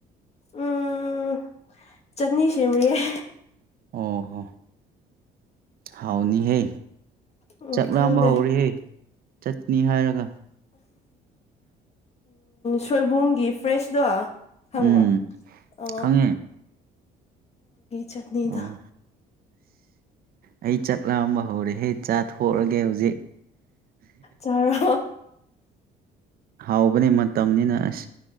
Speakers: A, on the left; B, on the right.
A: ꯎꯝ ꯆꯠꯅꯤ ꯁꯦꯝꯔꯤꯌꯦꯦ
B: ꯑꯣ ꯍꯣ ꯍꯥꯎꯅꯤ ꯍꯦ
A: ꯎꯝ
B: ꯆꯥꯛ
A: ꯈꯪꯗꯦ
B: ꯂꯥꯝꯕ ꯍꯧꯔꯤꯍꯦ ꯆꯠꯅꯤ ꯍꯥꯏꯔꯒ
A: ꯁꯣꯏꯕꯨꯝꯒꯤ ꯐ꯭ꯔꯦꯁꯇꯣ ꯍꯪ
B: ꯎꯝ
A: ꯋꯥ ꯑ
B: ꯈꯪꯉꯦ
A: ꯆꯠꯅꯤꯗꯣ
B: ꯑꯣ ꯑꯩ ꯆꯠꯂꯝꯑꯝꯕ ꯍꯧꯔꯦꯍꯦ ꯆꯥꯊꯣꯛꯑꯒꯦ ꯍꯧꯖꯤꯛ
A: ꯆꯥꯔꯣ
B: ꯍꯥꯎꯕꯅꯤ ꯃꯇꯝꯅꯤꯅ ꯑꯁ